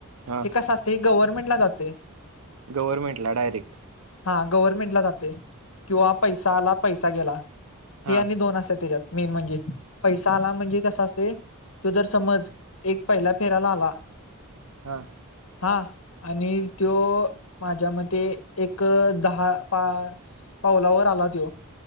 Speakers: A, on the right; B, on the left.
A: हा
B: हे कसं असत हे गव्हरर्मेंट ला जातय.
A: गवरमेंटला डायरेक्ट.
B: हा गव्हर्नमेंटला जाते किंवा पैसा आला पैसा गेला
A: हा
B: हे आणि दोन असते तेज्यात. मेन म्हणजे पैसा आला म्हणजे कसा असते. तू जर समज एक पहिला फेराला आला.
A: हा.
B: हा आणि तो माझ्या मते एक दहा पा च पावलावर आला त्यो